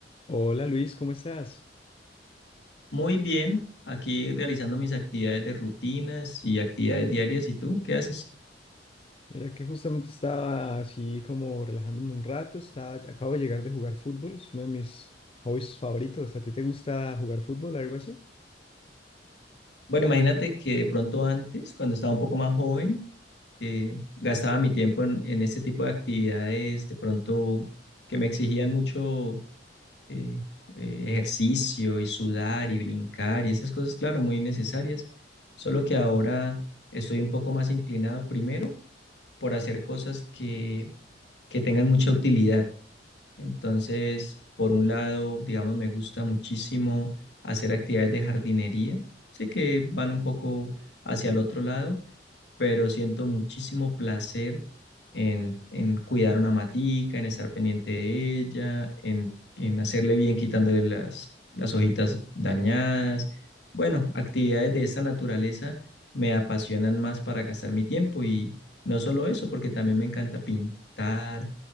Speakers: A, on the left (about 30°); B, on the left (about 70°).
A: Hola Luis, ¿cómo estás?
B: Muy bien, aquí realizando mis actividades de rutinas y actividades diarias. ¿Y tú qué haces?
A: Mira que justamente estaba así como relajándome un rato, estaba, acabo de llegar de jugar fútbol, es uno de mis hobbies favoritos. ¿A ti te gusta jugar fútbol o algo así?
B: Bueno, imagínate que de pronto antes, cuando estaba un poco más joven, eh, gastaba mi tiempo en, en este tipo de actividades, de pronto que me exigían mucho eh, eh, ejercicio y sudar y brincar y esas cosas, claro, muy necesarias. Solo que ahora estoy un poco más inclinado primero por hacer cosas que, que tengan mucha utilidad Entonces, por un lado, digamos, me gusta muchísimo hacer actividades de jardinería. Sé que van un poco hacia el otro lado, pero siento muchísimo placer en, en cuidar una matica, en estar pendiente de ella, en, en hacerle bien quitándole las, las hojitas dañadas. Bueno, actividades de esta naturaleza me apasionan más para gastar mi tiempo y no solo eso, porque también me encanta pintar.